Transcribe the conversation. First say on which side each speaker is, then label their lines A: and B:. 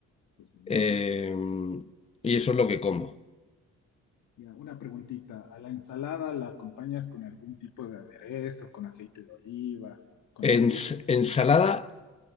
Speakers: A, on the left (about 75°); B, on the left (about 20°).
A: Pues muy
B: eh,
A: bien.
B: y eso es lo que como.
A: Ya, una preguntita. ¿A la ensalada la acompañas con algún tipo de aderezo, con aceite de oliva, con
B: Ens-
A: algo?
B: ensalada